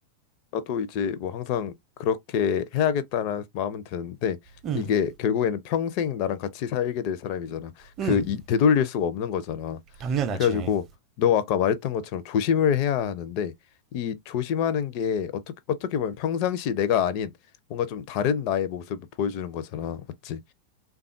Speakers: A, on the left; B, on the right.
A: 나도 이제 뭐 항상 그렇게 해야겠다는 마음은 드는데
B: 음,
A: 이게 결국에는 평생 나랑 같이 살게 될 사람이잖아.
B: 음,
A: 그 이, 되돌릴 수가 없는 거잖아.
B: 당연하지.
A: 그래가지고 너 아까 말했던 것처럼 조심을 해야 하는데 이 조심하는 게 어떻게 어떻게 보면 평상시 내가 아닌 뭔가 좀 다른 나의 모습을 보여주는 거잖아. 맞지?